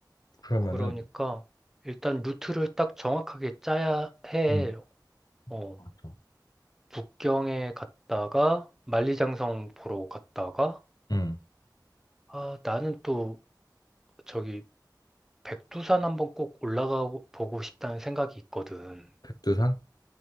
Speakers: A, on the left; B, in the centre.
A: 그러면은,
B: 그러니까 일단 루트를 딱 정확하게 짜야 해.
A: 음,
B: 어,
A: 맞죠.
B: 북경에 갔다가 만리장성 보러 갔다가
A: 음,
B: 아, 나는 또 저기 백두산 한번 꼭 올라가 보고 싶다는 생각이 있거든.
A: 백두산?